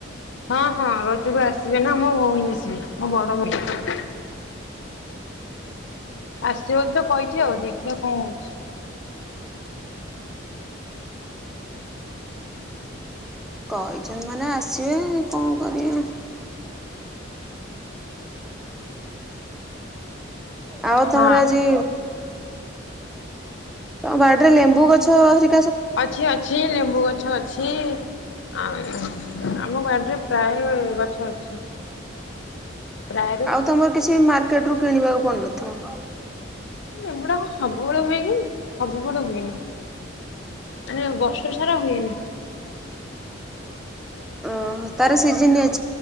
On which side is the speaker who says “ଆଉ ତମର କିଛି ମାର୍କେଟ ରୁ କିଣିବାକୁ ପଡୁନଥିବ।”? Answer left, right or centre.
Centre